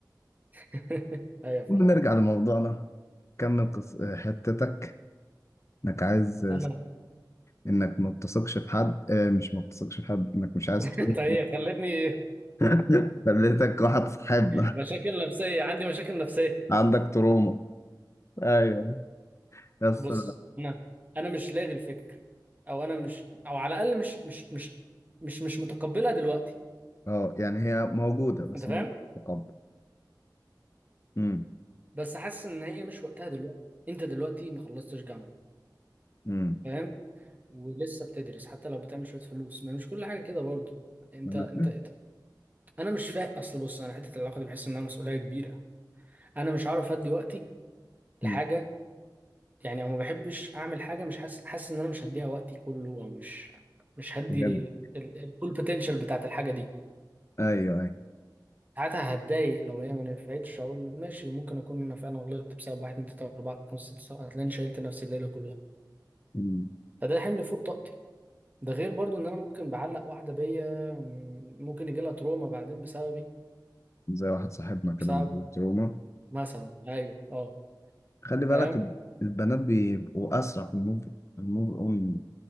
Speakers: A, on the right; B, on the left.
A: <laughs> ايوه فاهم
B: وبنرجع لموضوعنا كمل قص... حتتك انك عايز
A: انا
B: انك ما بتثقش في حد اه مش ما بتثقش في حد انك مش عايز
A: <laughs>
B: تقول
A: انت هي خلتني
B: <laughs> خليتك واحد صاحبنا
A: مشاكل نفسيه عندي مشاكل نفسيه
B: عندك تروما ايوه بس
A: بص انا انا مش لاغي الفكر او انا مش او على الاقل مش مش مش مش مش متقبلها دلوقتي
B: اه يعني هي موجوده بس
A: انت فاهم
B: مش متقبل امم
A: بس حاسس ان هي مش وقتها دلوقتي انت دلوقتي ما خلصتش جامعه
B: امم
A: فاهم ولسه بتدرس حتى لو بتعمل شويه فلوس ما مش كل حاجه كده برضه انت
B: انا
A: انت
B: فاهم
A: انت- انا مش فاهم اصل بص انا حته العلاقه دي بحس انها مسؤوليه كبيره انا مش هعرف ادي وقتي لحاجه
B: أمم.
A: يعني او ما بحبش اعمل حاجه مش حاسس حاسس ان انا مش هديها وقتي كله او مش مش هدي
B: فهمت
A: ال- ال- الفول بوتنشال بتاعت الحاجه دي
B: ايوه
A: ساعتها هتضايق لو هي ما نفعتش اقول ماشي ممكن اكون انا فعلا غلطت بسبب واحد اتنين تلاته اربعه خمسه سته سبعه هتلاقيني شيلت نفسي الليله كلها
B: ايوه
A: فده حمل فوق طاقتي ده غير برضو ان انا ممكن بعلق واحده بيا م- ممكن يجي لها تروما بعدين بسببي
B: زي واحد صاحبنا كده
A: بسبب
B: مضروب تروما
A: مثلا ايوه اه
B: خلي بالك
A: فاهم
B: البنات بيبقوا أسرع في الموف الموف أون